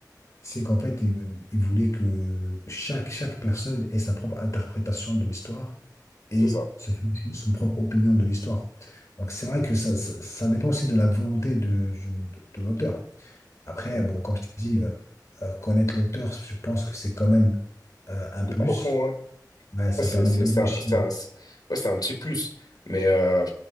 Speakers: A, on the left; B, on the left.
A: c'est qu'en fait, il, il voulait que chaque, chaque personne ait sa propre interprétation de l'histoire et
B: C'est ça.
A: se fait aussi son propre opinion de l'histoire. Donc, c'est vrai que ça, ça, ça dépend aussi de la volonté de, de, de l'auteur. Après,
B: Ouais.
A: bon, comme je t'ai dit, euh, euh, connaître l'auteur, je pense que c'est quand même euh, un
B: Plus
A: plus.
B: profond, ouais.
A: Ouais, ça
B: Ouais, c'est
A: permet
B: c'est
A: d'enrichir.
B: c'est un, c'est un, c'est- ouais, c'est un petit plus. Mais euh,